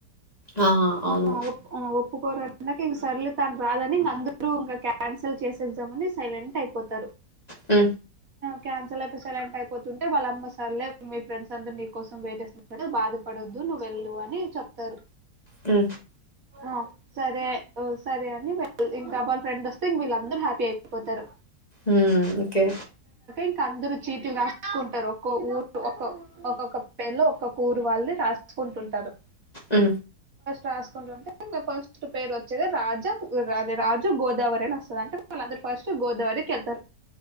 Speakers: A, on the left; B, on the right.
A: ఆ అవును
B: ఆ ఒ ఆ ఒప్పుకోర ఇందాకే ఇంక సర్లే తను రాదని ఇంక అందరూ ఇంకా క్యాన్సల్ చేసేద్దామని సైలెంట్ అయిపోతారు
A: ఉ
B: క్యాన్సల్ అయిే ఎంటి అయిపోతుంటే వాళ్ళమ్మ సార్లే మీ ఫ్రెండ్స్ అందరు నీకోసం వెయిట్ బాధపడదు నువ్వు వెళ్ళు అని చెప్తారు
A: ఉ
B: ఆ సరే సరే అని వెళ్ళి ఇంకా వాళ్ళ ఫ్రెండ్ వస్తే ఇంక వీళ్ళందరు హ్యాపీ అయిపోతారు
A: ఊ ఓకే
B: ఇకా అందరు చీటిలు రాసుకుంటారు ఒక్క ఊరు ఒ ఒక్కొక్క పేళ్ళ ఒక్కొక్క ఊరు వాళ్ళది రాసు తీసుకుంటుంటారు
A: ఉ
B: రాసుకుంటుంటే ఫస్ట్ పేరు వచ్చేది రాజా అదే రాజు గోదావరి అని వస్తుంది అంటే వాళ్ళందరు ఫస్ట్ గోదావరికెళ్తారు